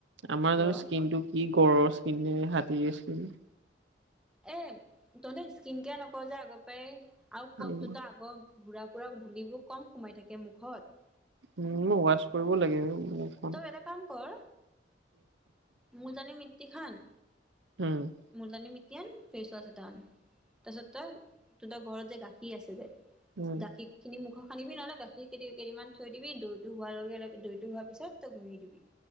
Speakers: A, on the right; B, in the centre.
A: আমাৰ
B: কিয়
A: ত স্কিনটো কি গড়ৰ স্কিন নে হাতীৰ স্কিন?
B: এ তহঁতে স্কিন কেয়াৰ নকৰ যে আগৰ পৰাই আৰু ক
A: উম
B: তহতৰ আগৰ ঘোঁৰাবোৰক ধূলিবোৰ কম সোমাই থাকে মুখত।
A: উম মই ৱাছ কৰিব লাগিব মোক।
B: তই এটা কাম কৰ, মুলতানি মিটটি খান
A: উম।
B: মুলটানি মিটটি আন, ফেচৱাছ এটা আন তাৰপিছত তই সিহঁতৰ ঘৰত যে গাখীৰ আছে যে,
A: উম
B: গাখীৰ খিনি মুখ সানিবি নহ'লে গাখীৰ কেই কেইদিমান থৈ দিবি দৈটো হোৱাৰ লগে লগে দৈটো হোৱাৰ পিছত তই ঘুহি দিবি।